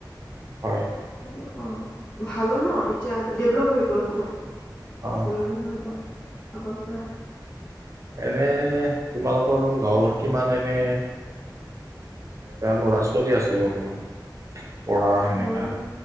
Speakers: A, on the right; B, on the left.
A: হয়
B: আৰু অ ভালো ন এতিয়া ডেভলপ হৈ গ'ল বহুত
A: অ
B: সলনি হৈ গ'ল আগৰ পৰা
A: এনে তোমালোকৰ গাঁৱৰ কিমান এনে এ কাৰ ল'ৰা ছোৱালী আছে বৰ্তমান পঢ়া সেনেকা
B: বৰ